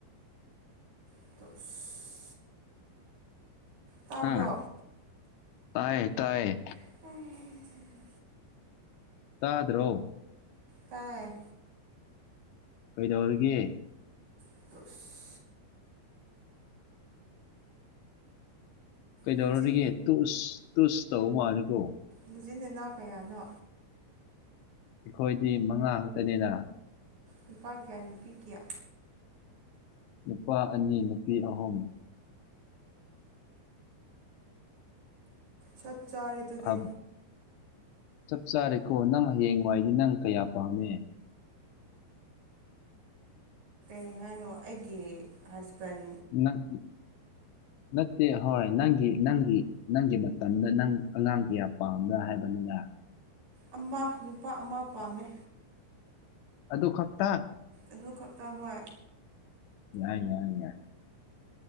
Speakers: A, on the right; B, on the left.
A: <inaudible> ꯇꯥꯕ꯭ꯔꯣ
B: ꯍꯥꯥ ꯇꯥꯏꯌꯦ ꯇꯥꯏꯌꯦ
A: <unintelligible>
B: ꯇꯥꯗ꯭ꯔꯣ
A: ꯇꯥꯏ
B: ꯀꯩꯗꯧꯔꯤꯒꯦ
A: <unintelligible>
B: ꯀꯩꯗꯧꯔꯔꯤꯒꯦ
A: ꯅꯆꯤꯟ
B: ꯇꯨꯁ ꯇꯨꯁ ꯇꯧꯕ ꯃꯥꯜꯂꯦꯀꯣ
A: ꯅꯆꯤꯟ ꯅꯅꯥꯎ ꯀꯌꯥꯅꯣ
B: ꯑꯩꯈꯣꯏꯗꯤ ꯃꯉꯥ ꯈꯛꯇꯅꯦꯗꯥ
A: ꯅꯨꯄꯥ ꯀꯌꯥ ꯅꯨꯄꯤ ꯀꯌꯥ
B: ꯅꯨꯄꯥ ꯑꯅꯤ ꯅꯨꯄꯤ ꯑꯍꯨꯝ
A: ꯆꯞ ꯆꯥꯔꯦ ꯑꯗꯨꯗꯤ
B: <unintelligible> ꯆꯞ ꯆꯥꯔꯦꯀꯣ ꯅꯪ ꯍꯌꯦꯡ ꯋꯥꯏꯗꯤ ꯅꯪ ꯀꯌꯥ ꯄꯥꯝꯃꯦ
A: ꯀꯩ ꯍꯥꯏꯅꯣ ꯑꯩꯒꯤ ꯍꯥꯁꯕꯦꯟ
B: ꯅꯪ ꯅꯠꯇꯦ ꯍꯣꯏ ꯅꯪꯒꯤ ꯅꯪꯒꯤ ꯅꯪꯒꯤ ꯃꯇꯝꯗ ꯅꯪ ꯑꯉꯥꯡ ꯀꯌꯥ ꯄꯥꯝꯕ꯭ꯔꯥ ꯍꯥꯏꯕꯅꯤꯅ
A: ꯑꯃ ꯅꯨꯄꯥ ꯑꯃ ꯄꯥꯝꯃꯦ
B: ꯑꯗꯨ ꯈꯛꯇꯥ
A: ꯑꯗꯨꯈꯛꯇ ꯍꯣꯏ
B: ꯌꯥꯏ ꯌꯥꯏ ꯌꯥꯏ